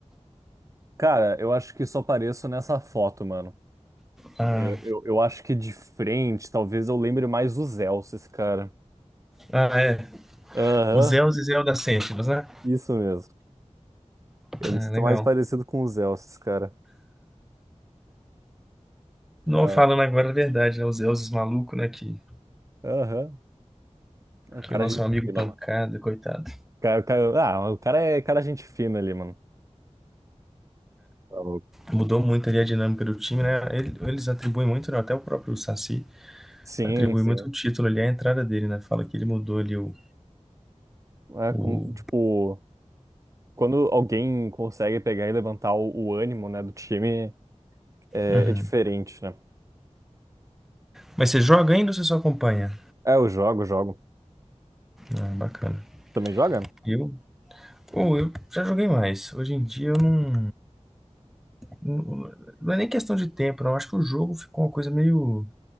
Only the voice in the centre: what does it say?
Ah,
ah, é.
Os Elzes e Zelda Sentinels, né?
Ah,
legal.
Não,
falando agora a verdade, né? Os Elzes maluco, né? Que,
que o nosso
amigo
Pancada,
coitado.
Mudou muito ali a dinâmica do time, né? Ele- Eles atribuem muito, né? Até o próprio Saci
atribui
muito o título ali à entrada dele, né? Fala que ele mudou ali o.
o...
Uhum.
Mas você joga ainda ou você só acompanha?
Ah, bacana.
Eu, pô, eu já joguei mais. Hoje em dia eu não, não. Não é nem questão de tempo, não. Eu acho que o jogo ficou uma coisa meio